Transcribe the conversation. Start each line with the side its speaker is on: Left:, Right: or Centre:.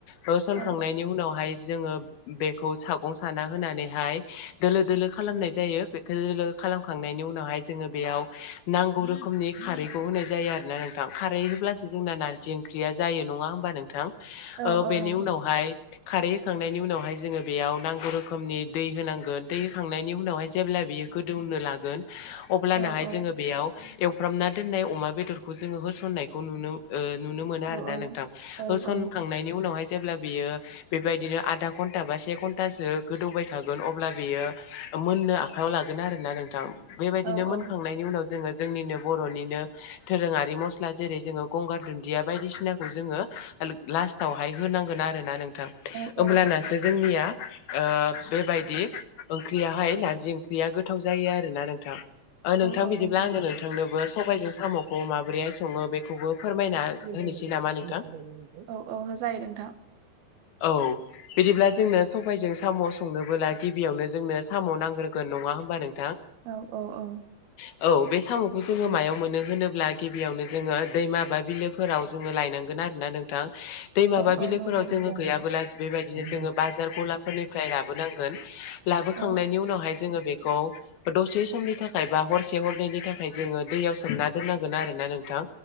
Left: ओ होसनखांनायनि
Right: औ
Left: उनावहाय जोङो बेखौ सागं साना होनानैहाय दोलो दोलो खालामनाय जायो बे दोलो दोलो खालामखांनायनि उनावहाय जोङो बेयाव नांगौ रोखोमनि खारैखौ होनाय जायो आरोना नोंथां खारै होब्लासो जोंना नारजि ओंख्रिया जायो नङा होमबा नोंथां?
Right: औ
Left: ओ
Right: औ
Left: बेनि
Right: नंगौ
Left: उनावहाय खारै होखांनायनि उनाव बेहाय जोङोयाव नांगौ रोखोमनि दै होनांगोन दै होखांनायनि उनावहाय जेब्ला बियो गोदौनो ला अब्लानाहाय
Right: औ औ
Left: जोङो बेयाव एवफ्रामना दोननाय अमा बेदरखौ जोङो होसननायखौ नुनो नुनो मोनो
Right: औ
Left: आरो ना नोंथां
Right: औ
Left: होसनखांनायनि
Right: औ
Left: उनावहाय जेब्ला बियो बेबायदिनो आधा घन्टा बा से घन्टासो गोदौबाय थागोन अब्ला बेयो मोननो आखायाव लागोन आरोना नोंथां बेबायदिनो
Right: औ औ
Left: मोनखांनायनि उनाव जोङो जोंनिनो बर'निनो दोरोङारि मस्ला जेरै जोङो गंगार दुन्दिया बायदिसिनाखौ जो लाावहाय होनांगोन आरोना नों थां
Right: औ औ
Left: होमब्लानासो जोंनिया बेबायदि ओंख्रियाहाय नारजि ओंख्रिया गोथाव जायो आरोना नोंथां। ओ नोंथां
Right: औ
Left: बिदिब्ला
Right: नंगौ
Left: आङो नोंथांनोबो सबायजों साम'खौ माबोरैहाय सङो बेखौबो फोरमायना होनोसै
Right: <inaudible> औ
Left: नामा नोंथां
Right: औ जायो नोंथां
Left: औ बिदिब्ला जोंनो सबायजों साम' संनोबोला गिबियावनो जोंनो साम' नांग्रोगोन नङा होमबा नों
Right: औ औ औ
Left: औ बे साम'खौ जोङो मायाव मोनो होनोब्ला गिबियावनो जोङो दैमा बा बिलोफोराव जोङो लायनांगोन। आरोना नोंथां दै माबा
Right: औ
Left: बिलोफोराव
Right: औ नंगौ
Left: जोङो
Right: औ
Left: गैयाबोला
Right: औ
Left: बेबायदिनो जोङो
Right: औ
Left: बाजार गलाफोरनिफ्राय लाबोनांगोन। लाबोखांनायनि
Right: औ
Left: उनावहाय जोङो बेखौ दसे समनि थाखाय बा हर से हरननि थाखाय जोङो दैयाव सोमना दोननांगोन आरोना नोंथां।